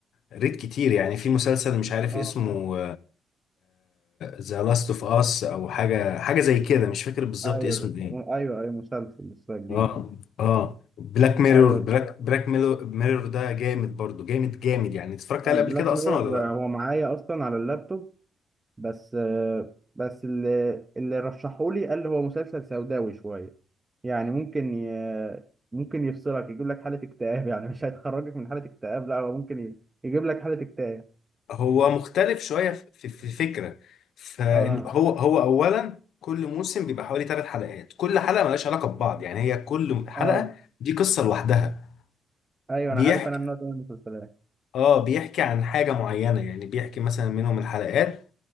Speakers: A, on the left; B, on the right.
A: ريت كتير يعني في مسلسل مش عارف
B: اه
A: اسمه ذا لاست اوف اس او حاجه حاجه زي كده مش فاكر بالظبط
B: ايوه
A: اسمه
B: ده.
A: ايه
B: ايوه ايوه مسلسل لسه جديد
A: اه اه بلاك ميرور
B: ايوه
A: بلاك بلاك ميرور ده جامد برضو جامد جامد يعني اتفرجت
B: انا
A: عليه
B: بلاك
A: قبل كده
B: ميرور
A: اصلا ولا لا
B: هو معايا اصلا على اللابتوب بس آه، بس اللي اللي رشحولي قال هو مسلسل سوداوي شوية يعني ممكن ي... ممكن يفصلك يجيب لك حالة اكتئاب يعني مش هيخرجك من حالة اكتئاب لا هو ممكن ي... يجيب لك حالة اكتئاب
A: هو مختلف شوية في في الفكرة فهو
B: اه
A: هو أولا كل موسم بيبقى حوالي ثلاث حلقات كل حلقة ملهاش علاقة ببعض يعني هي كل حلقة
B: اه
A: دي قصة لوحدها
B: ايوه
A: بيحكي
B: انا عارف انا النوع ده من المسلسلات
A: اه بيحكي عن حاجة معينة يعني بيحكي مثلا منهم الحلقات